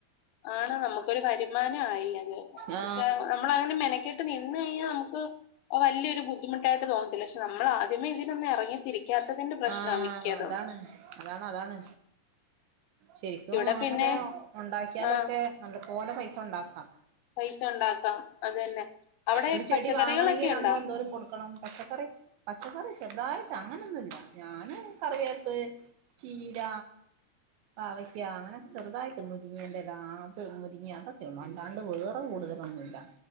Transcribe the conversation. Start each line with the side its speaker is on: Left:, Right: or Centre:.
Left: ആണ് നമുക്കൊരു വരുമാനായി അത്
Right: ആ
Left: പക്ഷെ നമ്മള അങ്ങനെ മെന ക്കേട്ട് നിന്ന് കഴിഞ്ഞാ നമുക്ക് വാല്യൊരു ബുദ്ധിമുട്ടായിട്ട് തോന്നത്തില്ല പക്ഷെ നമ്മളാദ്യമേ ഇതിനൊന്ന് ഇറങ്ങി തിരി ഇറങ്ങിത്തിരിക്കും ക്കാത്തതിന്റെ പ്രശ്നാ
Right: ആ
Left: മിക്കതും.
Right: അതാണ് അതാണ് അതാണ് ശരിക്കും
Left: ഇവിടെ
Right: അങ്ങനെയൊക്കെ
Left: പിന്നെ
Right: ഉണ്ടാക്കിയാലൊക്കെ
Left: ആ
Right: നല്ല പോലെ പൈസ ഉണ്ടാക്കാം.
Left: പൈസ ഉണ്ടാക്കാം. അത് തന്നെ അവിടെ
Right: ഒരു ചെടി
Left: പച്ചക്കറികളൊക്കെ
Right: വാങ്ങണെങ്കി
Left: ഉണ്ടോ
Right: നമ്മളെന്തോരം കൊടുക്കണം പച്ചക്കറി പച്ചക്കറി ചെറുതായിട്ട് അങ്ങനൊന്നുല്ല ഞാന് കറിവേപ്പ്, ചീര, പാവയ്ക്ക, അങ്ങനൊ ചെറുതായിട്ട് മുരിങ്ങന്റെല അത് മുരിങ്ങ്യ അതൊക്കെ ഉള്ളൂ അല്ലാണ്ട് വേറെ കൂടുതലൊന്നുല്ല.